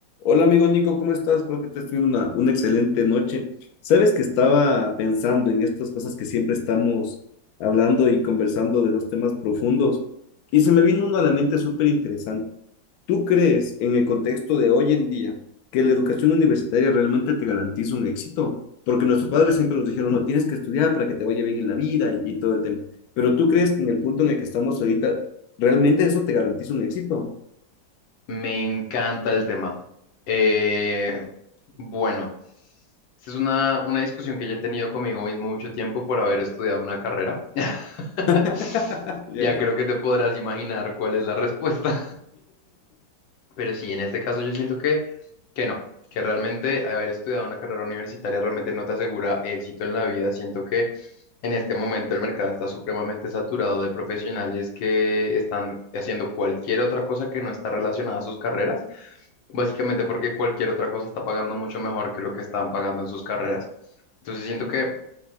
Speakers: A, on the left (about 65°); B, on the left (about 80°).
A: Hola amigo Nico, ¿cómo estás? Espero que estés teniendo una, una excelente noche. Sabes que estaba pensando en estas cosas que siempre estamos hablando y conversando de los temas profundos y se me vino uno a la mente súper interesante. ¿Tú crees en el contexto de hoy en día que la educación universitaria realmente te garantiza un éxito? Porque nuestros padres siempre nos dijeron, no, tienes que estudiar para que te vaya bien en la vida y, y todo el tema. Pero ¿tú crees que en el punto en el que estamos ahorita, realmente eso te garantiza un éxito?
B: Me encanta el tema. Eh, bueno, esta es una, una discusión que ya he tenido conmigo mismo mucho tiempo por haber estudiado una carrera. <laughs>
A: <laughs> Yo
B: Ya creo que te podrás imaginar cuál es la respuesta. Pero sí, en este caso yo siento que, que no, que realmente haber estudiado una carrera universitaria realmente no te asegura éxito en la vida. Siento que en este momento el mercado está supremamente saturado de profesionales que están haciendo cualquier otra cosa que no está relacionada a sus carreras, básicamente porque cualquier otra cosa está pagando mucho mejor que lo que estaban pagando en sus carreras. Entonces siento que